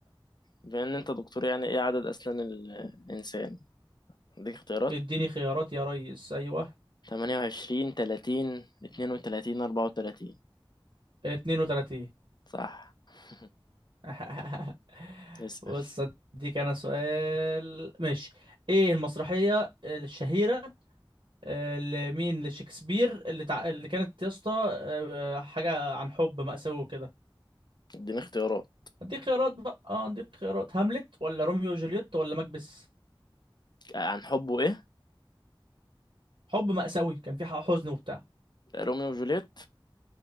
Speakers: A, on the left; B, on the right.
A: بما ان انت دكتور يعني ايه عدد اسنان الانسان اديك اختيارات
B: اديني خيارات يا ريس ايوه
A: تمانية وعشرين تلاتين اتنين وتلاتين أربعة وتلاتين
B: 32
A: صح <laughs>
B: <laughs>
A: اسأل
B: بص اديك انا سؤال ماشي ايه المسرحية الشهيرة آه، لمين لشكسبير اللي تع... اللي كانت يا اسطى آه، حاجة عن حب مأساوي وكده
A: اديني اختيارات
B: دي خيارات بقى اه دي خيارات هاملت ولا روميو وجولييت ولا مكبس
A: عن حبه ايه
B: حب مأساوي كان في حزن وبتاع
A: روميو وجوليت